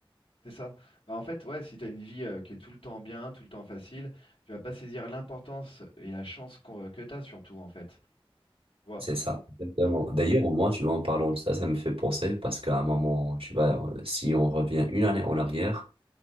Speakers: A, on the left (about 75°); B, on the right (about 75°).
A: c'est ça. Bah en fait, ouais, si t'as une vie euh, qui est tout le temps bien, tout le temps facile, tu vas pas saisir l'importance et la chance qu'on- que t'as surtout en fait. Tu vois
B: C'est ça, exactement.
A: Attends,
B: D'ailleurs, moi, tu vois, en parlant de ça, ça me fait penser parce qu'à un moment, tu vois, si on revient une année en arrière,